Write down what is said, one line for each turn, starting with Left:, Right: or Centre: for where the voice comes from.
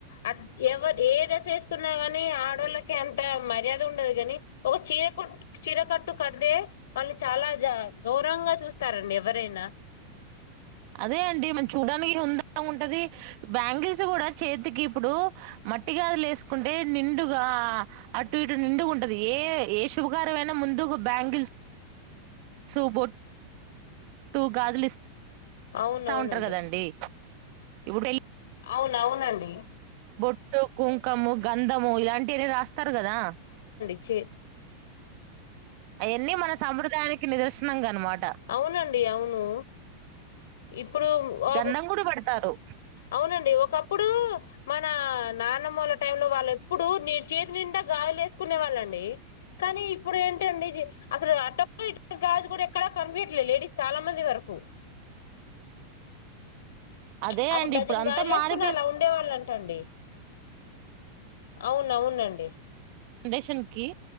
Left: అ ఎవర్ ఏ డ్రెస్ ఏసుతున్నా గానీ ఆడోళ్ళకి అంత మర్యాద ఉండదు గాని, ఒక చీరకొట్టు చీరకట్టు కడితే, వాళ్నీ చాలా జా గౌరవంగా చూస్తారండి ఎవరైనా.
Right: అదే అండి మనం చూడడానికి హుందాగా ఉంటది. బ్యాంగిల్స్ కూడా చేతికి ఇప్పుడూ మట్టి గాజులు ఏసుకుంటే నిండుగా అటు ఇటు నిండుగ ఉంటది ఏ ఏ శుభకారమైనా ముందుకు బ్యాంగిల్స్ <inaudible> ల్సు బొట్ <inaudible> బొట్టు గాజులు ఇస్త
Left: అవునవునండి
Right: ఇస్తా ఉంటారు కదండి <unintelligible>
Left: అవునవునండి
Right: ట్టు కుంకము గంధము ఇలాంటిని రాస్ స్తరు కదా
Left: చ్చే
Right: ఆయన్ని మన సంప్రుదాయానిక్ కి నిదర్శనంగా అన్మాట్
Left: అవునండి అవున్ ను ఇప్పుడు మ్మ్ అప్
Right: గంధం కూడా పెడతారు
Left: అవునండి ఒకప్ప్ ప్పుడు మన నాన్నమ్మోళ్ల టైమ్ లో వాళ్ళు ఎప్పుడు, నేన్ చేతి నిండా గాజులు వేసుకునే, వాళ్ళండి కానీ ఇప్పుడు ఏంటండి. జీ అసలు అటొక్క ఇటొక్క గాజు కూడా ఎక్ క్కడ కనిపీయట్లే లేడీస్ చాలా మంది వరకు ప్చ్
Right: అదే
Left: అప్పుడు
Right: అండి
Left: డజన్
Right: ఇప్పుడు అంతా
Left: గాజులు వేసుకునే
Right: మారిపోయిందండి
Left: అలా ఉండే వాళ్ళన్ టండి అవునవునండి
Right: ఫౌండేషన్ కి